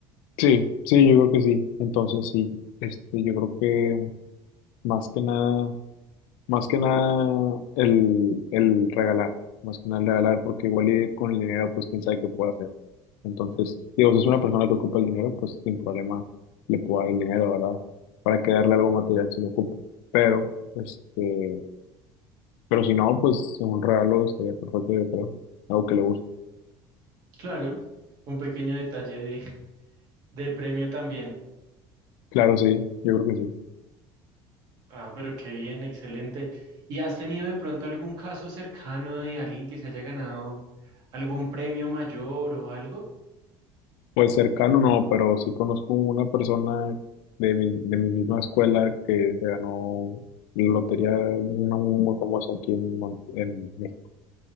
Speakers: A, on the left (about 80°); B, on the right (about 45°).
A: Sí, sí, yo creo que sí. Entonces sí, este, yo creo que más que nada. Más que nada el, el regalar, más que nada el regalar, porque igual y con el dinero, pues quién sabe qué puede hacer. Entonces, digo, si es una persona que ocupa el dinero, pues sin problema le puedo dar el dinero, ¿verdad? Para que darle algo material si lo ocupa. Pero, este, pero si no, pues un regalo estaría perfecto, yo creo. Algo que le guste.
B: Claro, un pequeño detalle de, de premio también.
A: Claro, sí, yo creo que sí.
B: Ah, pero qué bien, excelente. ¿Y has tenido de pronto algún caso cercano de alguien que se haya ganado algún premio mayor o algo?
A: Pues cercano no, pero sí conozco una persona de mi, de mi misma escuela que se ganó la lotería, una muy, muy famosa aquí en, Mon- en México.